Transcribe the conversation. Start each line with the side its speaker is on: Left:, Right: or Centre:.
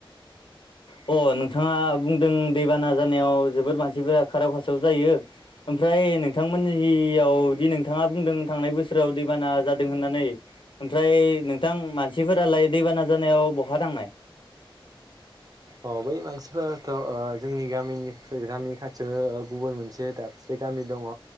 Left: अ नोंथाङा बुंदों दैबाना जानायाव जोबोद मानसिफोरा खाराव खाासाव जायो। ओमफ्राय नोंथांमोननियाव दि नोंथाङा बुंदों थांनाय बोसोराव दैबाना जादों होननानै। ओमफ्राय नोंथां मानसिफोरालाय दैबाना जानायाव बहा थांनाय।
Right: अ बै मानसिफोराथ जोंनि गामिनि गामिनि खाथियावनो गुबुन मोनसे दा। दाबसे गामि दङ।